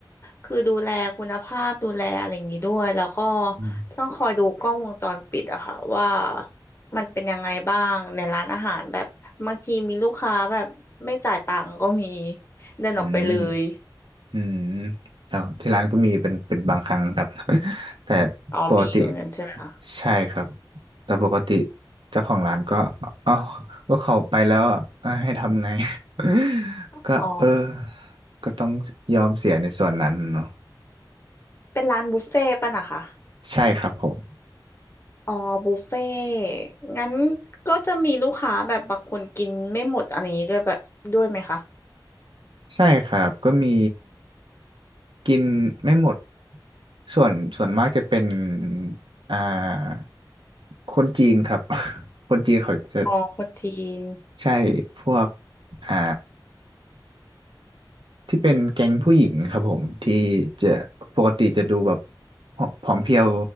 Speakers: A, on the left; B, on the right.
A: คือดูแลคุณภาพดูแลอะไรอย่างนี้ด้วยแล้วก็
B: ืม
A: ต้องคอยดูกล้องวงจรปิดอะค่ะว่ามันเป็นยังไงบ้างในร้านอาหารแบบบางทีมีลูกค้าแบบไม่จ่ายตังค์ก็มีเดินออกไปเลย
B: อืม อืมแล้วที่ร้านก็มีเป็นเป็นบางครั้งครับ <laughs> แต่
A: อ๋อมีเหมือนกันใช่ไหมคะ
B: ปกติใช่ครับแต่ปกติเจ้าของร้านก็อ๋อก็เขาไปแล้วอ่ะเอ้ยให้ทำไง <laughs>
A: อ๋อ
B: ก็เออก็ต้องยอมเสียในส่วนนั้นเนาะ
A: เป็นร้านบุฟเฟ่ต์ป่ะนะคะ
B: ใช่ครับผม
A: อ๋อบุฟเฟ่งั้นก็จะมีลูกค้าแบบบางคนกินไม่หมดอะไรอย่างนี้ด้วยแบบด้วยไหมคะ
B: ใช่ครับก็มีกินไม่หมดส่วนส่วนมากจะเป็นอ่าคนจีนครับ <laughs> คนจีนเขาจะ
A: อ๋อคนจีน
B: ใช่พวกอ่าที่เป็นแก๊งผู้หญิงครับผมที่จะปกติจะดูแบบผอมเพรียว